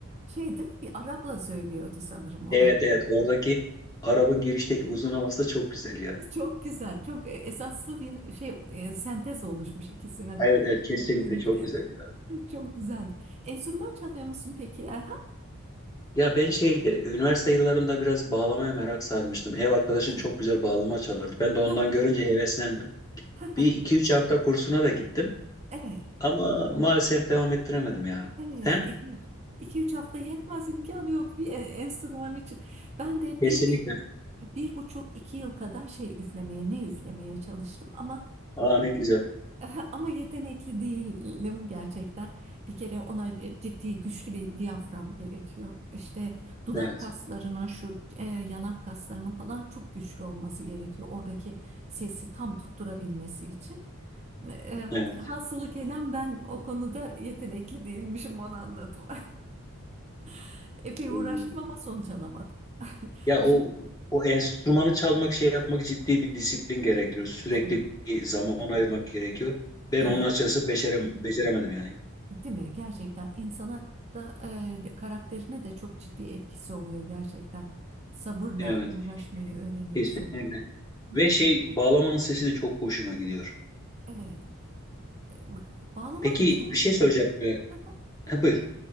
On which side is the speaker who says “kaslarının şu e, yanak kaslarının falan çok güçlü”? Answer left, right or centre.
Right